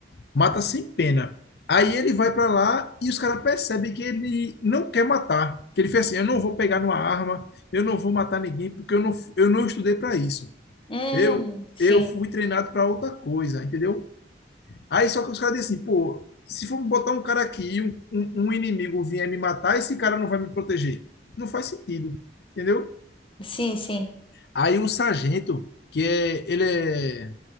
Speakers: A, on the left; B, on the left.
A: Mata sem pena. Aí ele vai para lá e os caras percebem que ele não quer matar. Que ele fez assim: eu não vou pegar numa arma, eu não vou matar ninguém, porque eu não, eu não estudei para isso.
B: Hum,
A: Eu,
B: sim,
A: eu fui treinado para outra coisa, entendeu? Aí só que os caras dizem assim: pô, se for botar um cara aqui e um, um, um inimigo vier me matar, esse cara não vai me proteger. Não faz sentido, entendeu?
B: sim, sim.
A: Aí o sargento, que é, ele é,